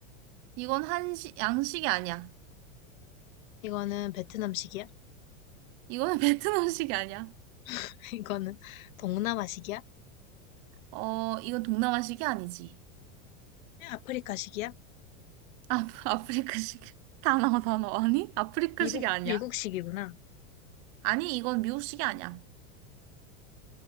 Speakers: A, on the right; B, on the left.
A: 이건 한식, 양식이 아니야.
B: 이거는 베트남식이야?
A: 이거는 <laughs> 베트남식이 아니야.
B: <laughs> 이거는 동남아식이야?
A: 어, 이건 동남아식이 아니지.
B: 아프리카식이야?
A: 아, 아프리카식. <laughs> 단어, 단어. 아니? 아프리카식이
B: 미국,
A: 아니야.
B: 미국식이구나.
A: 아니, 이건 미국식이 아니야.